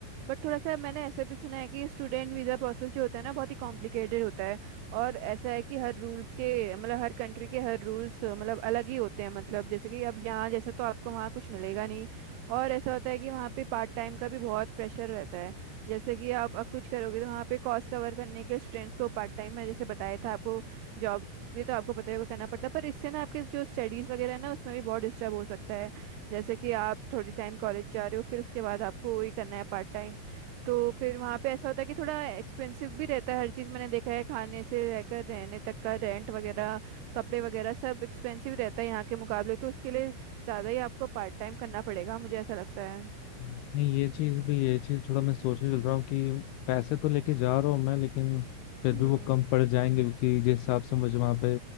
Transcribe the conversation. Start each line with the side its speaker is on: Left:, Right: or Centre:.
Right: बट थोड़ा सा मैंने ऐसा भी सुना है कि स्टूडेंट वीज़ा प्रोसेस जो होता है ना बहुत ही कॉम्प्लिकेटेड होता है और ऐसा है कि हर रूल्स के मतलब हर कंट्री के हर रूल्स मतलब अलग ही होते हैं मतलब जैसे कि अब यहाँ जैसा तो आपको वहाँ कुछ मिलेगा नहीं और ऐसा होता है कि वहाँ पे पार्ट टाइम का भी बहुत प्रेशर रहता है जैसे कि आप अब कुछ करोगे तो वहाँ पे कॉस्ट कवर करने के स्टूडेंट्स को पार्ट टाइम में जैसे बताया था आपको जॉब भी तो आपको पता ही होगा करना पड़ता है पर इससे ना आपके जो स्टडीज वगैरह है ना उसमें भी बहुत डिस्टर्ब हो सकता है जैसे कि आप थोड़ी टाइम कॉलेज जा रहे हो फिर उसके बाद आपको वही करना है पार्ट टाइम तो फिर वहाँ पे ऐसा होता है कि थोड़ा एक्सपेंसिव भी रहता है हर चीज़ मैंने देखा है खाने से रहकर रहने तक का रेंट वगैरह कपड़े वगैरह सब एक्सपेंसिव रहता है यहाँ के मुकाबले तो उसके लिए ज़्यादा ही आपको पार्ट टाइम करना पड़ेगा मुझे ऐसा लगता है
Left: नहीं ये चीज भी ये चीज थोड़ा मैं सोचने लग रहा हूँ कि पैसे तो लेके जा रहा हूँ मैं लेकिन फिर
Right: हम्म
Left: भी वो कम पड़ जाएंगे क्योंकि जिस हिसाब से मुझे वहां पे